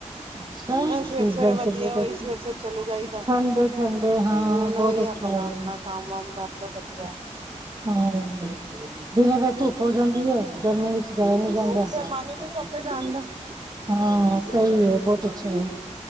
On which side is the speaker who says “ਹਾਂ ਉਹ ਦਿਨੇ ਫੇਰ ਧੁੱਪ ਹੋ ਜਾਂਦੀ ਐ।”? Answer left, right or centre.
Right